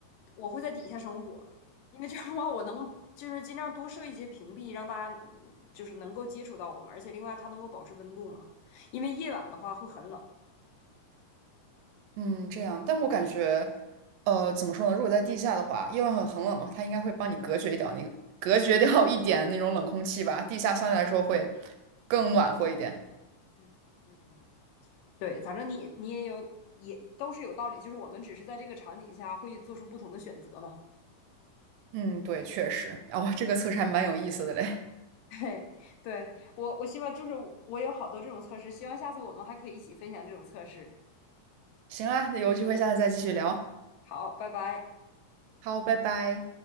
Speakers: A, on the left; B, on the right.
A: 我会在底下生火，因为这样的话，我能就是尽量多设一些屏蔽，让大家嗯就是能够接触到我们，而且另外它能够保持温度嘛，因为夜晚的话会很冷。
B: 嗯，这样，但我感觉，呃，怎么说呢？如果在地下的话，夜晚很很冷的话，它应该会帮你隔绝掉那个隔绝掉一点那种冷空气吧。地下相对来说会更暖和一点。
A: 嗯嗯。对，反正你你也有也都是有道理，就是我们只是在这个场景下会做出不同的选择嘛。
B: 嗯，对，确实。哦，这个测试还蛮有意思的嘞。
A: <laughs> 嘿，对我我希望就是我我有好多这种测试，希望下次我们还可以一起分享这种测试。
B: 行啊，那有机会下次再继续聊。
A: 好，拜拜。
B: 好，拜拜。